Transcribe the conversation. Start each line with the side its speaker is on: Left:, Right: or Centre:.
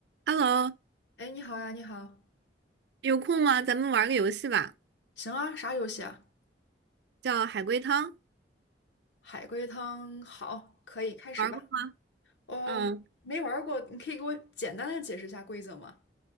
Right: Hello，
Left: 哎，你好呀，你好，
Right: 有空吗？咱们玩个游戏吧，
Left: 行啊，啥游戏啊？
Right: 叫海龟汤，
Left: 海龟汤，好，可以开始吧。
Right: 玩过吗？
Left: 哦，
Right: 嗯，
Left: 没玩儿过，你可以给我简单的解释一下规则吗？